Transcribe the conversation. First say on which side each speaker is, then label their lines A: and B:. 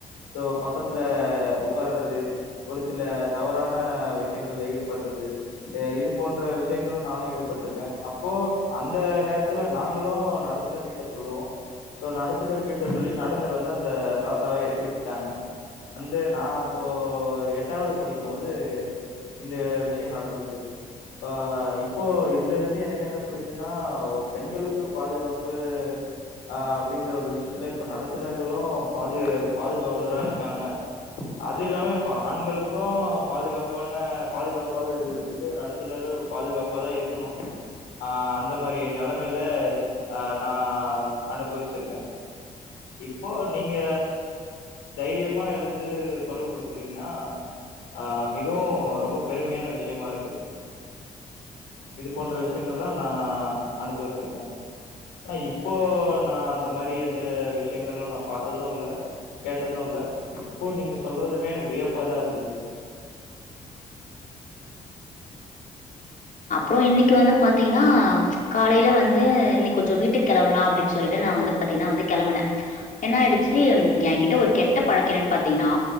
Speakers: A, on the left; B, on the left.
A: சோ பக்கத்துல உக்கார்றது ஒரு சில தவறான விஷயங்கள்ல ஈடுபடறது அ இது போன்ற விஷ் யங்கள நானு ஈடுபட்ருக்கே அப்போ அந்த நேரத்துலா நாங்களு நடத்துனர் கிட்ட சொல்லுவோ சோ நடத் துநர் கிட்ட சொல்லி நடந்துனர் வந்து அந்த தாத்தாவ எறக்கிவிட் ட்டங்க அந்த நா அப்போ எட்டாவது படிக்கும்போது இந்த விஷயம் நடந்தது ஆ இப் ப்போ இதுல இருந்து எனக்கு என்ன புரியுதுன்னா பெண்களுக்கு பாதுகாப்பு ஆ அப்டின்ற ஒரு விஷயத்துல இப்ப நடத்துனர்களு. பாது பாதுகாவலரா இருக்காங்க அது இல்லாம இப்ப ஆண்களுக்கு பாதுகாப்பான பாதுகாப்பாக இருக்கறதுக்கு நடத் கொஞ்ச நேர பாதுகாப்ப தா இருக்கணு ஆ அந்த மாரி நெலைமையல ஆ நா அனுபவிச்சிருக்கே இப்போ நீங்க தைரியம்மா எழுந்து கொரல் குடுக்குறீங்கன்ன ஆ மிகவு ரொம்ப பெருமையான விஷயம்மா இருக்கு இது போன்ற விஷயங்கள்ள நா அனுபவிச்சிருக்கே ஆனா இப்போ நா அந்த மாரி எந்த விஷயங்கள்ள நா பாத்தது இல்ல கேட்டது இல்ல இப்போ நீங்க சொல்றதுமே எனக்கு வியப்பாதா இருந்தது
B: அப்புற இன்னிக்கு வந்து பாத்தீங்கன்னா ம் காலையல வந்து இன்னிக் கொஞ்ச வீட்டு கெளம்பலா அப்படின் சொல்ட்டு நா வந்து பாத்தீங்கன்னா வந்து கெளம்பனே என்ன ஆய்டுச்சு ம் எங்கிட்ட ஒரு கெட்ட பழக்க என்னன் பாத்தீங்கன்னா